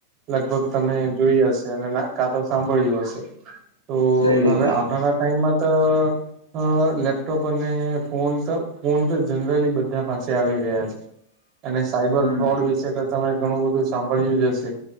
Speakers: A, on the right (about 35°); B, on the right (about 85°).
A: લગભગ તમે જોઈ હશે અને કા તો સાંભળ્યું હશે તો
B: જોઈ લીધી
A: હવે આવનારા ટાઈમમાં તો અ લેપટોપ અને ફોન તો ફોન તો જનરલી બધા પાસે આવી ગયા છે. અને સાઈબર
B: હમ
A: ફ્રોડ વિશે તો તમે ઘણું બધું સાંભળ્યું જ હશે.